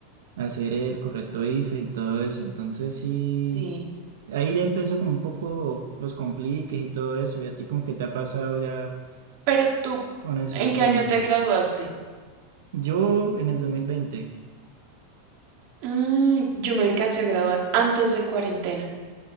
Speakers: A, on the right (about 85°); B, on the right (about 45°).
A: hacer el correcto IFE y todo eso, entonces sí.
B: Sí.
A: Ahí ya empezó como un poco los compliques y todo eso, y a ti como que te ha pasado ya
B: Pero tú,
A: con eso,
B: ¿en qué
A: dime.
B: año te graduaste?
A: Yo en el dos mil veinte
B: Mm, yo me alcancé a graduar antes de cuarentena,